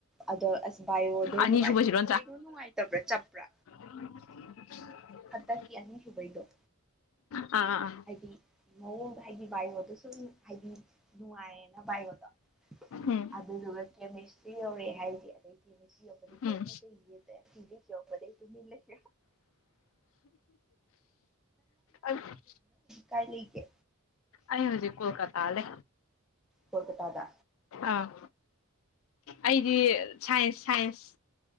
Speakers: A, in the centre; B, on the left.
A: ꯑꯗꯣ ꯑꯁ ꯕꯥꯏꯌꯑꯣꯗꯣ
B: ꯑꯅꯤꯁꯨꯕꯁꯤꯔꯣ
A: ꯅꯨꯡꯉꯥꯏ ꯀꯩꯅꯣ ꯅꯨꯡꯉꯥꯏꯇꯕ꯭ꯔꯥ ꯆꯠꯄ꯭ꯔꯥ
B: ꯎ <unintelligible>
A: ꯇꯀꯤ ꯑꯅꯤ ꯍꯕꯩꯗꯣ
B: ꯑꯥ ꯑꯥ
A: ꯍꯥꯏꯗꯤ ꯃꯑꯣꯡꯗ ꯍꯥꯏꯗꯤ ꯕꯥꯏꯔꯣꯗ ꯁꯨꯝ ꯍꯥꯏꯗꯤ ꯅꯨꯡꯉꯥꯏꯌꯦꯅ ꯕꯥꯏꯔꯣꯗꯣ
B: ꯎꯝ
A: ꯑꯗꯨꯗꯨꯒ ꯀꯦꯃꯤꯁꯇ꯭ꯔꯤ ꯌꯧꯔꯛꯑꯦ ꯍꯥꯏꯗꯤ ꯑꯩ ꯁꯤ ꯄ ꯀꯩꯅ
B: ꯎꯝ
A: ꯀꯩ ꯌꯦ ꯇ ꯂꯩ ꯀ ꯄꯔ ꯇꯨꯃꯤ ꯂꯩ
B: ꯑ
A: ꯀꯥꯏ ꯂꯩ ꯀꯦ
B: ꯑꯩ ꯍꯧꯖꯤꯛ ꯀꯣꯜꯀꯇꯥꯂꯦ
A: ꯀꯣꯜꯀꯇꯥꯗ
B: ꯑꯥ ꯑꯩꯗꯤ ꯁꯥꯏꯟꯁ ꯁꯥꯏꯟꯁ